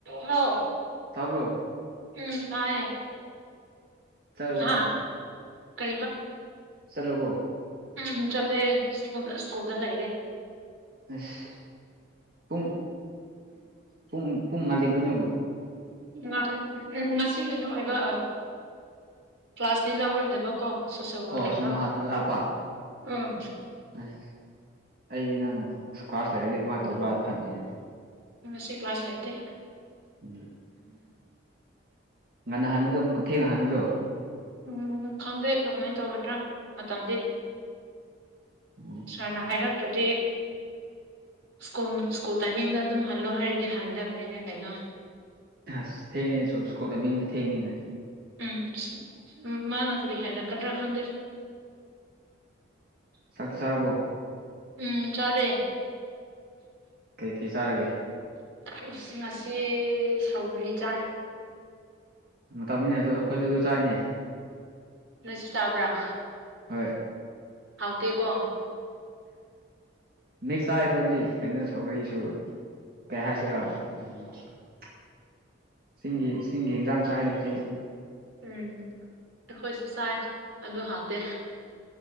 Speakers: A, on the right (about 85°); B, on the right (about 50°).
A: ꯅ
B: ꯇꯥꯕꯣ
A: ꯎꯝ ꯇꯥꯏꯌꯦ
B: ꯆꯠꯂꯕꯣꯅ
A: ꯍꯥ ꯀ
B: ꯆꯂꯕꯣ
A: ꯎꯝ ꯆꯂꯦ ꯁ ꯁꯀꯨꯜꯗ ꯂꯩꯗꯦ
B: ꯑꯁ ꯄꯨꯡ ꯄꯨꯡ ꯄꯨꯡꯉꯥꯜꯂꯤꯕ꯭ꯔꯣ ꯅꯪꯕꯨꯣ
A: ꯎꯝ ꯎꯝ ꯉꯁꯤ ꯀꯩꯅꯣ ꯑꯣꯏꯕ ꯀ꯭ꯂꯥꯁꯅꯤ ꯂꯧꯔꯣꯏꯗꯕꯀꯣ ꯁꯣꯁꯦꯜ ꯋꯥꯔꯛ
B: ꯑꯣ
A: ꯂꯩꯕ
B: ꯁꯣꯨꯝꯅ ꯍꯥꯟꯅ ꯂꯥꯛꯄ
A: ꯎꯝ
B: ꯎ ꯑꯩꯗꯤ ꯅꯪ ꯀ꯭ꯂꯥꯁ ꯂꯥꯏꯔꯤꯛꯗꯤ ꯀꯃꯥꯏꯅ ꯇꯧꯕ꯭ꯔꯥꯅ ꯈꯪꯉꯤꯅꯦ
A: ꯁꯤꯦ ꯀ꯭ꯂꯥꯁ ꯂꯥꯏꯦ
B: ꯎꯝ ꯉꯟꯅ ꯍꯥꯡꯒꯗ꯭ꯔꯣ ꯑꯃꯨꯛꯀ ꯊꯦꯡꯅ ꯍꯥꯡꯒꯗ꯭ꯔꯣ
A: ꯎꯝ ꯈꯪꯗꯦ ꯀꯃꯥꯏꯅ ꯇꯧꯒꯗ꯭ꯔꯥ ꯃꯇꯝꯗꯤ
B: ꯎꯝ
A: ꯁꯥꯔꯅ ꯍꯥꯏꯔꯛꯇ꯭ꯔꯗꯤ ꯁ꯭ꯀꯨꯜ ꯁ꯭ꯀꯨꯜ ꯇꯥꯏꯃꯤꯡꯗ ꯑꯗꯨꯝ ꯍꯜꯂꯣ ꯍꯥꯏꯔꯗꯤ ꯍꯟꯗꯕꯅꯤꯅꯦ ꯀꯩꯅꯣ
B: ꯑꯁ ꯊꯦꯡꯉꯅꯦꯁꯨ ꯁ꯭ꯀꯨꯜꯗ ꯃꯤꯡꯗꯤ ꯊꯦꯡꯅꯤꯅꯦ
A: ꯎꯝ ꯃꯥꯅ ꯀꯔꯤ ꯍꯥꯏꯔ ꯀꯗ ꯔꯈꯪꯗ
B: ꯁꯥꯇꯤ ꯁꯔꯔꯕꯣ
A: ꯎꯝ ꯆꯔꯦ
B: ꯀꯩ ꯀꯩ ꯆꯥꯔꯒꯦ
A: ꯎ ꯉꯁꯤ ꯁꯧꯒꯔꯤ ꯆꯥꯏ
B: ꯃꯇꯝꯅꯤꯅꯦ ꯑꯗꯣ ꯑꯩꯈꯣꯏꯁꯨ ꯑꯗꯨ ꯆꯥꯏꯅꯦ
A: ꯅꯣꯏꯁꯨ ꯇꯥꯕ꯭ꯔꯥ
B: ꯍꯣꯏ
A: ꯍꯥꯎꯊ ꯀꯣ
B: ꯃꯤꯦꯛꯁ ꯇꯥꯏ ꯑꯩꯈꯣꯏꯗꯤ ꯀꯩꯅꯣ ꯁꯧꯒꯔꯤꯁꯨ ꯀ ꯍꯥꯏꯁꯤꯔ ꯎ ꯆꯁꯤꯡꯒꯤꯒꯤ ꯆꯁꯤꯡꯒꯤꯒꯤ ꯏꯟꯖꯥꯡ ꯁ꯭ꯋꯥꯏꯗꯁꯤ
A: ꯎꯝ ꯑꯩꯈꯣꯏꯁꯨ ꯆꯥꯏ ꯑꯣ ꯍꯥꯇꯦ